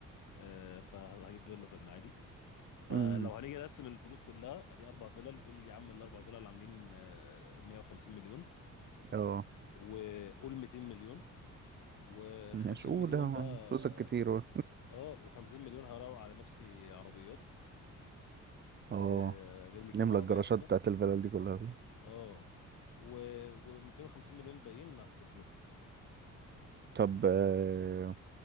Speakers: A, on the left; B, on the right.
A: آه، فهجيب فيلا في المعادي فلو
B: امم
A: هنيجي نقسم الفلوس كلها ادي اربع فيلل قول يا عم الاربع فيلل عاملين آه، 150 مليون
B: اه
A: وقول 200 مليون و50
B: مش أولى
A: مليون بقى
B: فلوسك كتير
A: اه و50 مليون هروق على نفسي عربيات آه،
B: اه
A: اجيب لي كام
B: نملى
A: عربيه
B: الجراشات
A: كده
B: بتاعت الفلل دي كلها
A: اه و و250 مليون باقيين هستثمر
B: طب آه،